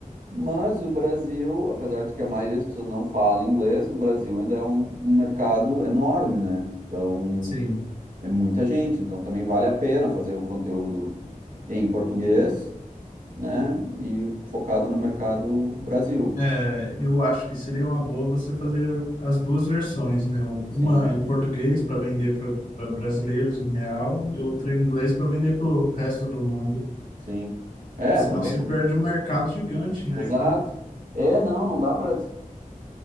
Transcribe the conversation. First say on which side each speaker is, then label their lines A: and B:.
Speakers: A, on the right; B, on the left.
A: Mas o Brasil, apesar de que a maioria das pessoas não fala inglês, o Brasil ainda é um, um mercado enorme, né? Então,
B: sim.
A: é muita gente, então também vale a pena fazer um conteúdo em português, né? E focado no mercado Brasil.
B: É, eu acho que seria uma boa você fazer as duas versões, né? Um,
A: Sim,
B: Uma em português para vender para brasileiros em real e outra em inglês para vender para o resto do mundo.
A: sim. É,
B: Senão
A: também.
B: se perde um mercado gigante, né?
A: Exato.
B: Aqui,
A: É, não, não dá para